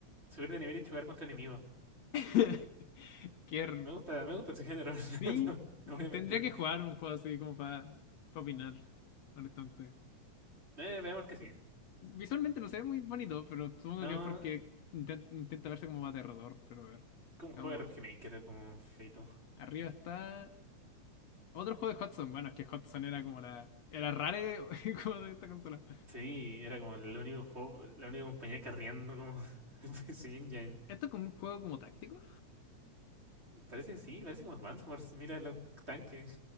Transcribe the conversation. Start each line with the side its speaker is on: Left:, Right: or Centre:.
Right: subir de nivel y jugar contra enemigos.
Left: <laughs> Qué
Right: Me gusta, me gusta ese género. <laughs>
Left: Sí,
Right: No, no- no voy a mentir.
Left: tendría que jugar un juego así como para opinar, honestamente.
Right: Eh, veamos el que sigue.
Left: Visualmente no se ve muy bonito, pero supongo
Right: No,
Left: que es porque inten- intenta verse como aterrador, pero a ver.
Right: como un
Left: Vamos,
Right: juego de RPG Maker, como feito.
Left: arriba está otro juego de Hudson. Bueno, es que Hudson era como la... Era rare <laughs> como de esta consola.
Right: Sí, era como el único juego, la única compañía carriendo como <laughs> en PC Engine.
Left: Esto es como un juego como táctico.
Right: Parece que sí, parece como Advance Wars. Mira los tanques